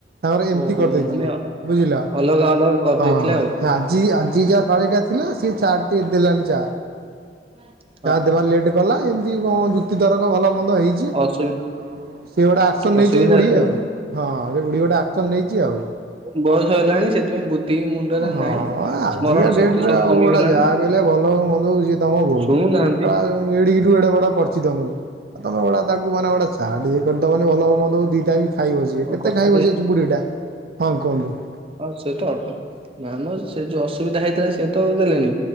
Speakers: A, on the right; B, on the right.
A: ତାଙ୍କର ଏମତି
B: ଓହୋ
A: କରିଦେଇଥିଲି
B: ମାନେ
A: ବୁଝିଲ
B: ଅଲଗା ଅଲଗା କରିଦେଇଥିଲେ
A: ହଁ
B: ଆଉ
A: ଆଜି ଯିଏ ଯାହା ପାଳିଟା ଥିଲା ସେଏ ଚାଟିକେ ଦେଲାଣି ଚା
B: ହୁଁ।
A: ଚାର୍ ଦେବା ଲେଟ୍ କଲା ଏମିତି କଣ ଯୁକ୍ତି ତରକ ଭଲ ମନ୍ଦ ହେଇଛିଉ
B: ହଁ ଅସୁ
A: ଆଉ ସିଏ ଗୋଟେ ଆକ୍ସନ
B: ଅସୁବିଧା
A: ନେଇଛି ବୁଢୀ
B: ହେଲା
A: ଆଉ ହଁ ବୁଢୀ ଗୋଟେ ଆସନ ନେଇଛି ଆଉ
B: ବସ ହେଲାଣି ସେଥିପାଇଁ ମୁଣ୍ଡରେ
A: ହଁ
B: ନାହିଁ।
A: ଆଜିକା
B: ସ୍ମରଣ
A: ଡେଟେ
B: ଶକ୍ତି
A: ରେ
B: ସବୁ
A: ଆଉ
B: କମିଗଲାଣି
A: ଗଡା ଯାହା ବଲେ ଭଲ ମନ୍ଦ ହଉଛି ତମ ବୋଉ
B: ଶୁଣୁନାହାନ୍ତି।
A: ଏା ଏଡିିରୁ ଏଡେ ବଡ କରିଛ ମକୁ ଆଉ ତମେ ଗୁା ତାକୁ ଟିକେ ଚାହା କରିଦବନି ଭଲ ହଉମନ୍ଦ ଦିଟା ବସିବେ
B: ମୋ
A: କେତେ
B: କଥା
A: ଖାଇ ବସିିବ ଅଛି ବୁଢୀ ଟା ହଁ କୁହନ୍ତୁ।
B: ହଁ ସେ ତ ଅଳ୍ପ ଆମର ସେ ଯୋଉ ଅସୁବିଧା ହେଇଥିଲା ସେ ତ ଦେଲେନି